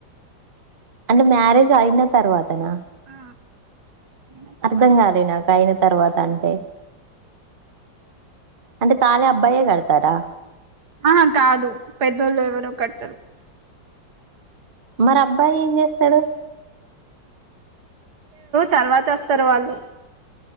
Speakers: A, on the right; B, on the right.
A: అంటే మ్యారేజ్ అయిన తర్వాత నా
B: ఆ అయిన తర్వాత
A: అర్థం కాలే నాకు తర్వాత అంటే అంటే తాాలి అబ్బాయే కడతారా
B: ఆహా కాదు పెద్దోళ్ళు ఎవరు కడతారు
A: మరి అబ్బాయి ఏం చేస్తాడు
B: తర్వాత వస్తారు వాళ్ళు